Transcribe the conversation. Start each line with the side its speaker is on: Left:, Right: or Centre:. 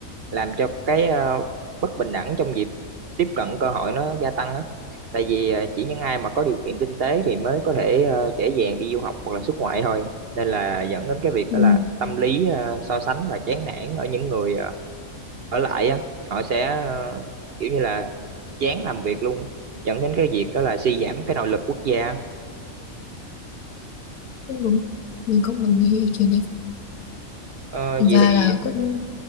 Right: làm cho cái ờ, bất bình đẳng trong việc tiếp cận cơ hội nó gia tăng á. Tại vì ờ, chỉ những ai mà có điều kiện kinh tế thì mới có thể ờ, dễ dàng đi du học hoặc là xuất ngoại thôi. Nên là dẫn đến cái việc
Left: ừ.
Right: đó là tâm lý ờ, so sánh và chán nản ở những người ờ, ở lại á. Họ sẽ ờ, kiểu như là chán làm việc luôn, dẫn đến cái việc đó là suy giảm cái nội lực quốc gia.
Left: cũng đúng mình cũng mình nghĩ ý kiến đấy
Right: Uh,
Left: thực
Right: vậy
Left: ra
Right: thì
Left: là cũng